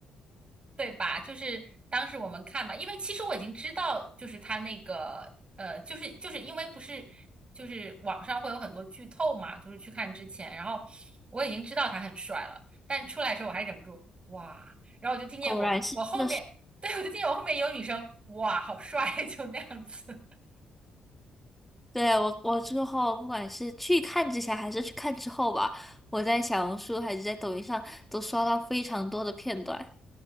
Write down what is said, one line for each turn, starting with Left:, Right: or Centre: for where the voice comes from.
Right: 对吧？就是当时我们看嘛，因为其实我已经知道，就是他那个呃，就是就是因为不是就是网上会有很多剧透嘛，就是去看之前，然后我已经知道他很帅了，但出来的时候我还忍不住哇，然后我就听见我我后面，
Centre: 果然是。真的。
Right: 对，我就听见我后面有女生哇，好帅，<laughs> 就那样子。
Centre: 对，我，我之后不管是去看之前还是去看之后吧，我在小红书还是在抖音上都刷到非常多的片段。